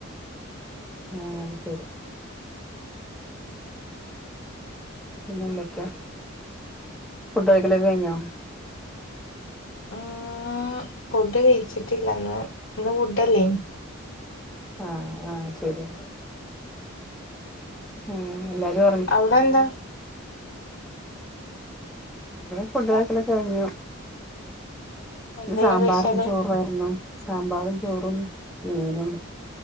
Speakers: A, in the centre; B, on the left (about 70°).
A: ആഹ് അത് ശരി പിന്നെന്തൊക്കെ ഫുഡ് കഴിക്കലൊക്കെ കഴിഞ്ഞോ
B: ആഹ് ഫുഡ് കഴിച്ചിട്ടില്ലന്ന് ഇന്ന് ഫുഡല്ലേന്
A: ആഹ് ആഹ് ശരിയാ ഉം എല്ലരും
B: അവിടെ എന്താ
A: ഫുഡ്
B: ഏ
A: കഴിക്കലൊക്കെ കഴിഞ്ഞു
B: എന്തേനു
A: സാമ്പാറും
B: സ്പെഷ്യല്
A: ചോറായിരുന്നു സാമ്പാറും ചോറും മീനും